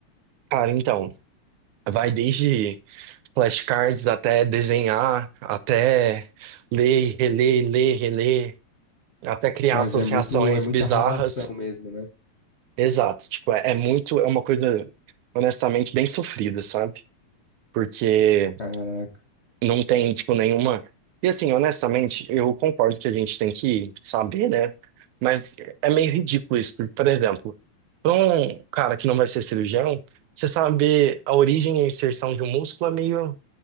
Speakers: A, on the right (about 80°); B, on the left (about 85°).
A: cara, então. Vai desde flashcards até desenhar, até ler, reler, ler, reler, até criar
B: Mas
A: associações
B: é muito, é muita
A: bizarras.
B: ralação mesmo, né?
A: Exato, tipo, é, é muito, é uma coisa honestamente bem sofrida, sabe? Porque
B: Caraca.
A: não tem, tipo, nenhuma. E assim, honestamente, eu concordo que a gente tem que saber, né? Mas é meio ridículo isso, porque, por exemplo, para um cara que não vai ser cirurgião, você saber a origem e a inserção de um músculo é meio